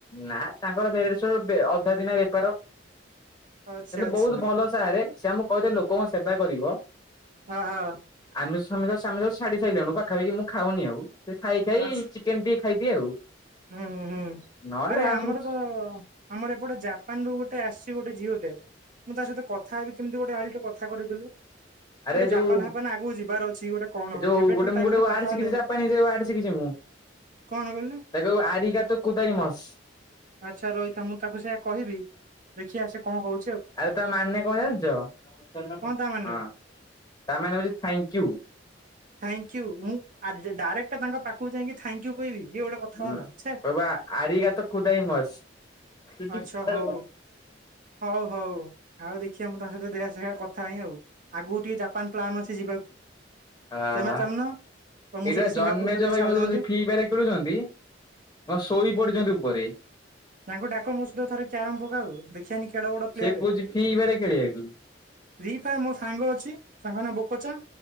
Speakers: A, on the left; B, on the right.
A: ନା ତାଙ୍କର ଭେରେବେସେରୁ ବେ ଅଧେ ଦିନେ ବେପାର
B: ଆଚ୍ଛା
A: କିନ୍ତୁ
B: ଆଚ୍ଛା
A: ବହୁତ ଭଲ ସ ସାରେ ସେଆମକୁ କହିଦେ ଲୋକଙ୍କ ସେବା କରିବ।
B: ଅ ହ।
A: ଆମେ ସମେଶ ସମେଶ ଛାଡି ସାଇଲୁଣି ପାଖାପାଖି ମୁଁ ଖାଉନି ଆଉ ସେ ଖାଇ ଖାଇ
B: ଆଚ୍ଛା
A: ଚି କେମିତି ଟିକେ ଖାଇଦିଏ ଆଉ।
B: ହୁଁ ହୁଁ
A: ନହେଲେ
B: ଆରେ
A: ଆଉ
B: ଆମର
A: ସବୁ
B: ତ ଆମର ଏପଟେ ଜାପାନ ରୁ ଗୋଟେ ଆସିଛି ଗୋଟେଝିଅଟେ। ମୁଁ ତା ସହିତ କଥା ହେବି କେମିତି ଗୋଟେ ଆଇଲୁ ଟିକିଏ କଥା କରେଇଦେଲୁ?
A: ଆରେ
B: ଗୋଟେ
A: ଯୋଉ
B: ଜାପାନ ଫାପାନ ଆଗକୁ ଯିବାର ଅଛି ଗୋଟେ କଣ
A: ଏ ଯୋଉ
B: ଏବେଠାରୁ
A: ଗୋଟେ
B: ତା
A: ମୁଁ ଗୋଟେ
B: ସହିତ
A: ୱାଡ
B: କଥା
A: ଶିଖିଛି
B: ହେଲେ
A: ଜାପାନି ୱାଡ ଶିଖିଛି ମୁଁ।
B: କଣ କହିଲୁ
A: ତାକୁ କହିବୁ ଆଡ଼ିକା ତୁ କୁଦାଇ ମସ।
B: ଆଚ୍ଛା ରହିଥା ମୁଁ ତାକୁ ସେଇଆ କହିବି ଦେଖିଆ ସେ କଣ କହୁ
A: ଆରେ ତା ମାନେ କଣ ଜାଣିଛ?
B: କଣ ତା ମାନେ
A: ତାମାନେ ହଉଛି ଥ୍ୟାଙ୍କ ୟୁ।
B: ଥାଙ୍କୟୁ ମୁଁ ଆର୍ଜେ ଡାଇରେକ୍ଟ ତାଙ୍କ ପାଖକୁ ଯାଇକି ଥ୍ୟାଙ୍କ ୟୁ କହିବି ଇଏ ଗୋଟେ କଥା
A: ହୁଁ
B: ହେଲା ଛେ
A: କହିବ ଆଡ଼ିଗାତ କୁଦାଇ ମସ୍। ସୁଟିଂ
B: ଆଚ୍ଛା ହଉ
A: ଆରେମା।
B: ହଉ ହଉ ଆଉ ଦେଖିବା ମୁଁ ତାଙ୍କ ସହିତ ଦେଖିଆ ତାଙ୍କ ସହ କଥା ହୁଏ ଆଉ। ଆଗକୁ ଟିକେ ଜାପାନ ପ୍ଲାନ ଅଛି ଯିବାକୁ।
A: ଆଁ
B: ତମେ
A: ଆ
B: ଚାଲୁନ ତମକୁ
A: ଏଇଟା
B: ସେଇଠି ସିଙ୍ଗାପୁର
A: ଜନ୍ମେଜୟ
B: କତିରେ
A: ଭାଇ
B: ଛାଡିଦଅନ୍ତେ
A: ଯୋଉ ଫ୍ରି ଫାୟାର ଖେଳୁଛନ୍ତି ହଁ ଶୋଇ ପଡିଛନ୍ତି ଉପରେ।
B: ସାଙ୍ଗ ଡାକ ମୋ ସହିତ ଥରେ କ୍ୟାରମ ପକାଉ ଦେଖିୟାନି କେଡେ ବଡ ପ୍ଲେୟାର?
A: ସେ କହୁଛି ଫ୍ରି ଫାୟାର ଖେଳିବାକୁ।
B: ଫ୍ରି ଫାୟାର ମୋ ସାଙ୍ଗ ଅଛି ସାଙ୍ଗ ନାଁ ବୋକଚା